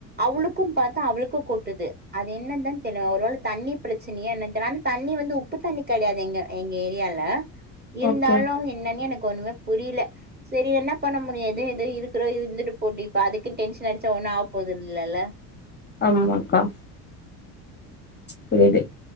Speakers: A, on the right; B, on the left.
A: அவுளுக்கும் பாத்தா அவளுக்கும் கொட்டுது அது என்னந்தான் தெர்ல ஒருவேள தண்ணி பிரச்சனைய என்னான் தெர்ல ஆனா தண்ணி வந்து உப்பு தண்ணி கெடையாது இங்க எங்க எங்க ஏரியால இருந்தாலும்
B: ஓகே
A: என்னான்னே எனக்கு ஒண்ணுமே புரியில செரி என்ன பண்ண முடியும் எதோ எதோ இருக்கறோ இருந்துட்டு போட்டு இப்ப அதுக்கு டென்ஷன் அடிச்சா ஒண்ணும் ஆவபோது இல்லல்ல
B: ஆமாக்கா சரி ஒகே